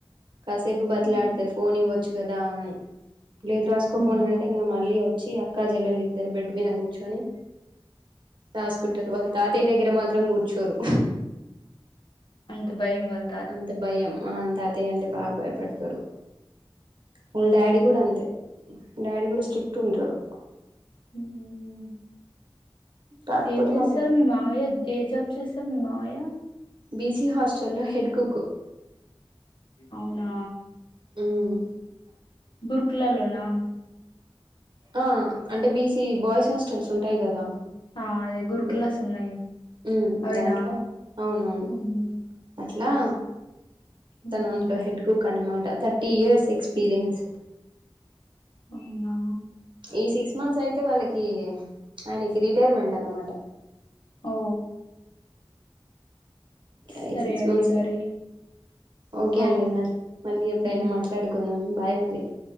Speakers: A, on the right; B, on the left.
A: కాసేపు బతిలాడతారు
B: ఉమ్.
A: ఫోన్ ఇవ్వచ్చు కదా దాని లేదు రాసుకోపోండి
B: ఉహు
A: అంటే ఇంకా మళ్ళీ వచ్చి అక్క జెల్లీలిద్దరు బెడ్ మీద కూర్చొని రాసుకుంటారు వాళ్ళ తాతయ్య దగ్గర మాత్రం కూర్చోరు
B: అంత భయం వాల్
A: అంత భయం ఆ తాతయ్య అంటే బాగా భయపడతారు. వాళ్ళ డాడీ
B: ఉ
A: కూడా అంతే డాడీ కూడా స్ట్రిక్ట్ ఉంటాడు
B: ఉమ్
A: కాకపోతే
B: ఏం చేస్తర్
A: మా పే
B: మీ మావయ్య ఏ జాబ్ చేస్తర్ మీ మావయ్య
A: బీసీ హాస్టల్లో హెడ్ కుక్
B: అవునా
A: మ్మ్
B: బుర్క్లాలోనా
A: ఆ అంటే బీసీ బాయ్స్ హాస్టల్స్ ఉంటాయి కదా
B: ఆ అదే గురుకులాస్
A: బ
B: ఉన్నాయి
A: ఉమ్మ్
B: అవేనా
A: దాంట్లో అవునవును
B: ఉహు
A: అట్లా తను
B: ఉహు
A: అందులో హెడ్ కుక్ అనమాట థర్టీ ఇయర్స్ ఎక్స్పీరియన్స్
B: ఐనా
A: ఈ సిక్స్ మంత్స్ అయితే వాళ్ళకి ఆయనకి రిటైర్మెంట్ అన్నమాట
B: ఓ
A: ఆ
B: సరే
A: సిక్స్
B: అండి
A: మంత్స్
B: మరి
A: ఓకే
B: ఆ
A: అండి మళి మళ్ళీ ఎప్పుడైనా
B: ఉ
A: మాట్లాడుకుందాం బాయ్ మరి